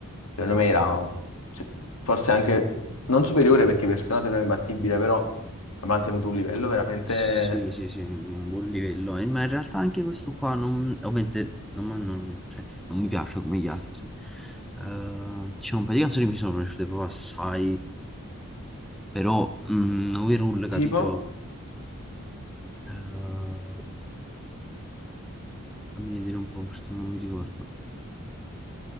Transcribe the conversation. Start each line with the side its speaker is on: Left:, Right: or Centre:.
Left: secondo me era se- forse anche non superiore perché Personato non è imbattibile, però ha mantenuto un livello veramente
Centre: Sì, sì, sì, un buon livello, Eh, ma in realtà anche questo qua non, ovviamente non, ma non- cioè, non mi piace come gli altri. Eh, diciamo, un paio di canzoni mi sono piaciute proprio assai, però mm, Overall, capito?
Left: tipo,
Centre: Eh, fammi vedere un po' perché non mi ricordo.